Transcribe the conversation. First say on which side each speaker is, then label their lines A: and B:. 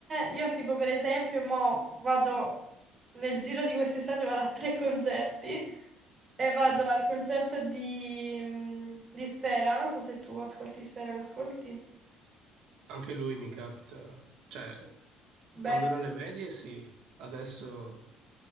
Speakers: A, on the right; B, on the right.
A: io tipo per esempio mo vado nel giro di quest'estate vado a tre concerti e vado
B: ah,
A: al concerto di, mm, di Sfera, non so se tu ascolti Sfera, lo ascolti?
B: anche lui mi capita, cioè
A: Beh,
B: quando ero alle medie sì, adesso